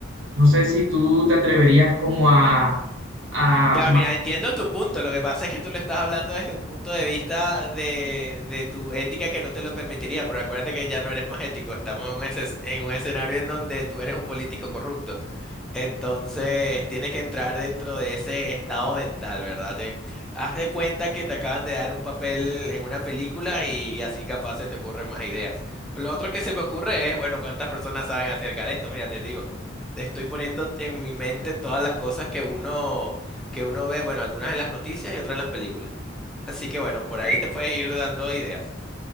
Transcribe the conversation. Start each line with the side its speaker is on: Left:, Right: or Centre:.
Right: No sé si tú te atreverías como a, a
Centre: Claro, mira, entiendo tu punto. Lo que pasa es que tú lo estás hablando desde un punto de vista de, de tu ética que no te lo permitiría, pero acuérdate que ya no eres más ético. Estamos en un, esce- en un escenario en donde tú eres un político corrupto. Entonces tienes que entrar dentro de ese estado mental, ¿verdad? Te, haz de cuenta que te acaban de dar un papel en una película y, y así capaz se te ocurren más ideas. Lo otro que se me ocurre es, bueno, ¿cuántas personas saben acerca de esto? Mira, te digo, estoy poniendo en mi mente todas las cosas que uno, que uno ve, bueno, algunas en las noticias y otras en las películas. Así que bueno, por ahí te puedes ir dando ideas.